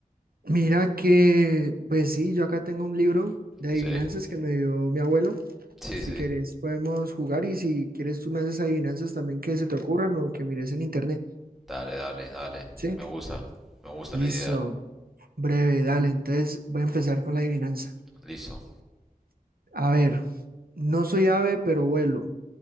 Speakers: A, on the right; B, in the centre.
A: Mira que, pues sí, yo acá tengo un libro de adivinanzas
B: ¿Sí?
A: que me dio mi abuelo.
B: Sí,
A: Si
B: sí.
A: quieres, podemos jugar y si quieres, tú me haces adivinanzas también que se te ocurran o que mires en internet.
B: Dale, dale, dale.
A: Sí,
B: Me gusta, me gusta
A: listo.
B: la idea.
A: Breve, dale. Entonces voy a empezar con la adivinanza.
B: Listo.
A: A ver, no soy ave, pero vuelo.